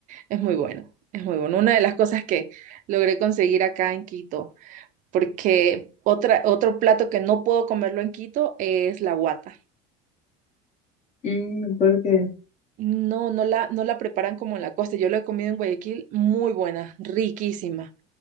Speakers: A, on the right; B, on the left.
A: es muy bueno, es muy bueno. Una de las cosas que logré conseguir acá en Quito, porque otra, otro plato que no puedo comerlo en Quito es la guata.
B: Mm, ¿por qué?
A: No, no la, no la preparan como en la costa. Yo lo he comido en Guayaquil, muy buena, riquísima.